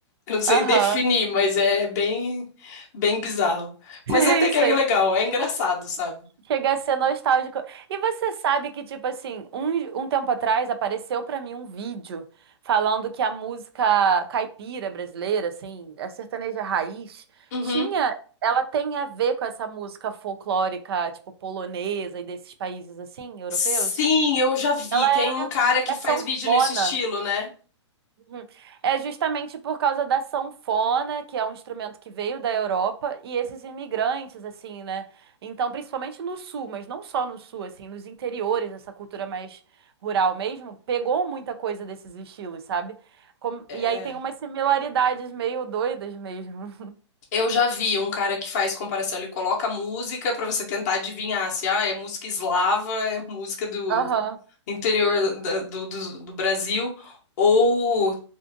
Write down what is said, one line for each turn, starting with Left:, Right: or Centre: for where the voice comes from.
Left: Eu não sei
Right: <laughs> Aham.
Left: definir, mas é bem, bem bizarro.
Right: Sei,
Left: Mas até que
Right: sei.
Left: é legal, é engraçado, sabe?
Right: Chega a ser nostálgico. E você sabe que, tipo assim, um, um tempo atrás apareceu pra mim um vídeo falando que a música caipira brasileira, assim, a sertaneja raiz,
Left: Uhum.
Right: tinha, ela tem a ver com essa música folclórica, tipo, polonesa e desses países, assim, europeus.
Left: Sim, eu já vi.
Right: Ela
Left: Tem um
Right: é,
Left: cara que
Right: é
Left: faz
Right: sanfona.
Left: vídeo nesse estilo, né?
Right: Uhum. É justamente por causa da sanfona, que é um instrumento que veio da Europa, e esses imigrantes, assim, né? Então, principalmente no sul, mas não só no sul, assim, nos interiores, essa cultura mais rural mesmo, pegou muita coisa desses estilos, sabe? Como-
Left: É,
Right: E aí tem umas similaridades meio doidas mesmo.
Left: Eu já vi um cara que faz comparação. Ele coloca música pra você tentar adivinhar se ah, é música eslava, é música do,
Right: Aham,
Left: do interior da- do, do, do Brasil ou